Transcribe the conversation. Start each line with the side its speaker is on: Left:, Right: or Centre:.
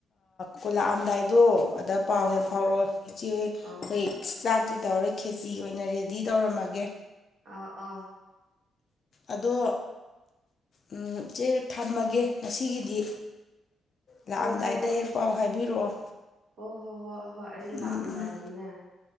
Left: ꯀꯣꯏ ꯂꯥꯛꯑꯝꯗꯥꯏꯗꯣ ꯑꯗ ꯄꯥꯎ
Right: ꯑꯥꯎ
Left: ꯍꯦꯛ ꯐꯥꯎꯔꯛꯑꯣ ꯏꯆꯦ
Right: ꯑꯥꯎ
Left: ꯀꯩ ꯆꯥꯛ ꯑꯗꯨ ꯇꯧꯔꯦ ꯈꯦꯆꯤ ꯑꯣꯏꯅ ꯔꯦ ꯗꯤ ꯇꯧꯔꯝꯃꯒꯦ
Right: ꯑꯧ ꯑꯧ
Left: ꯑꯗꯣ ꯑꯝ ꯆꯦ ꯊꯝꯃꯒꯦ ꯉꯁꯤꯒꯤꯗꯤ ꯂꯥꯛꯑꯝꯗꯥꯏꯗ
Right: ꯍꯣ ꯍꯣꯏ
Left: ꯍꯦꯛ ꯄꯥꯎ ꯍꯥꯏꯕꯤꯔꯛꯑꯣ
Right: ꯍꯣ ꯍꯣ ꯍꯣ ꯍꯣꯏ ꯑꯩ
Left: ꯎꯝ
Right: ꯂꯥꯛꯑꯝꯗꯥꯏꯗꯅꯦ
Left: ꯎꯝ